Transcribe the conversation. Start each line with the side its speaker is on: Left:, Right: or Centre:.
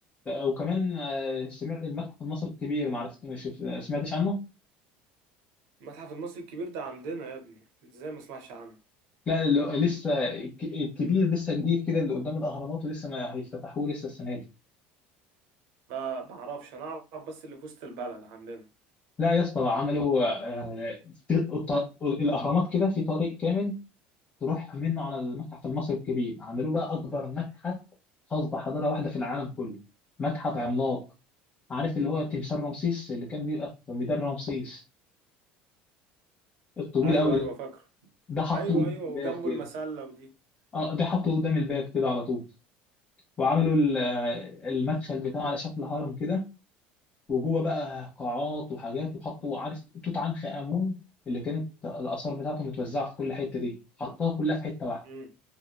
Left: وكمان آه، سمعت المتحف المصري الكبير ما عرفت ما شف- آه، سمعتش عنه
Right: المتحف المصري الكبير ده عندنا يا ابني ازاي ما اسمعش عنه
Left: لا اللي هو لسه الك- الكبير لسه جديد كده اللي قدام الاهرامات ولسه ما هيفتتحوه لسه السنه دي
Right: لا ما اعرفش انا اعرف بس اللي في وسط البلد عندنا
Left: لا يا اسطى عملوا آه، في الط- الاهرامات كده في طريق كامل تروح منه على المتحف المصري الكبير عملوه بقى اكبر متحف خاص بحضاره واحده في العالم كله متحف عملاق عارف اللي هو تمثال رمسيس اللي كان بيبقى في ميدان رمسيس الطويل
Right: ايوه
Left: قوي
Right: ايوه
Left: ده
Right: فاكره
Left: ده حطوه
Right: ايوه
Left: قدام
Right: ايوه
Left: الباب
Right: وجنبه
Left: كده
Right: المسله ودي
Left: اه ده حطوه قدام الباب كده على طول وعملوا ال- آه، المدخل بتاعه على شكل هرم كده وجوه بقى قاعات وحاجات وحطوا عارف توت عنخ آمون اللي كانت الآثار بتاعته متوزعة في كل حتة دي حطها كلها في حتة واحدة
Right: امم